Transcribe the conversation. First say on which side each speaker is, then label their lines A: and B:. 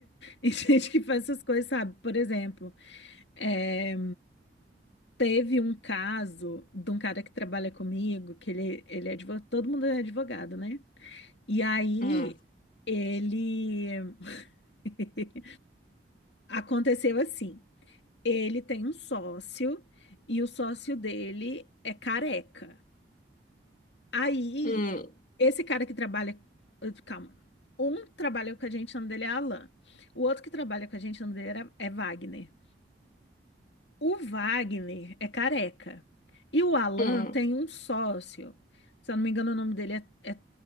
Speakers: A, on the left (about 75°); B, on the left (about 45°).
A: e, <laughs> e gente que faz essas coisas, sabe? Por exemplo, é, teve um caso de um cara que trabalha comigo, que ele, ele é advogado, todo mundo é advogado, né? E aí
B: Hum.
A: ele <laughs> aconteceu assim. Ele tem um sócio e o sócio dele é careca. Aí,
B: Hum,
A: esse cara que trabalha. Calma. Um trabalha com a gente, o nome dele é Alan. O outro que trabalha com a gente, o nome dele era- é Wagner. O Wagner é careca. E o Alan
B: hum,
A: tem um sócio. Se eu não me engano, o nome dele é, é,